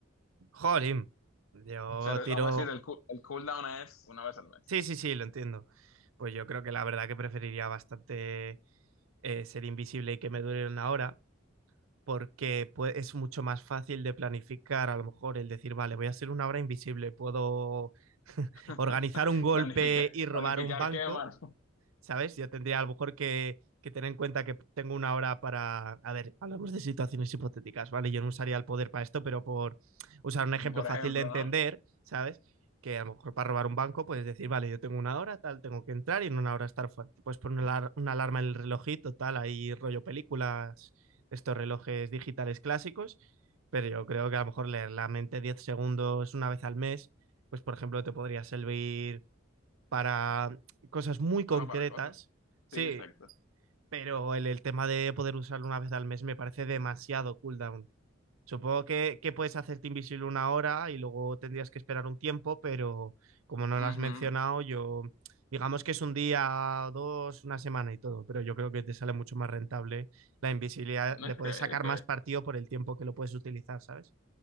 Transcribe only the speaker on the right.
Jolín, yo
tiro...
Sí, sí, sí, lo entiendo. Pues yo creo que la verdad que preferiría bastante eh, ser invisible y que me dure una hora, porque pue- es mucho más fácil de planificar, a lo mejor, el decir, vale, voy a ser una hora invisible, puedo <laughs>
organizar un golpe
y robar
un banco
¿sabes? Yo tendría a lo mejor que, que tener en cuenta que tengo una hora para... A ver, hablamos de situaciones hipotéticas, ¿vale? Yo no usaría el poder para esto, pero por usar
un ejemplo
fácil
de entender,
¿sabes? Que a lo mejor para robar un banco puedes decir, vale, yo tengo una hora, tal, tengo que entrar y en una hora estar fuera. Te puedes poner una, alar- una alarma en el relojito, tal, ahí rollo películas, estos relojes digitales clásicos, pero yo creo que a lo mejor leer la mente 10 segundos una vez al mes, pues por ejemplo te podría servir para cosas muy concretas.
Sí,
pero el, el tema de poder usarlo una vez al mes me parece demasiado cooldown. Supongo que, que puedes hacerte invisible una hora y luego tendrías que esperar un tiempo, pero como no
lo has mencionado, yo digamos que es un día, dos, una semana y todo, pero yo creo que te sale mucho más rentable la invisibilidad, le
puedes sacar
más partido por el tiempo que lo puedes utilizar, ¿sabes?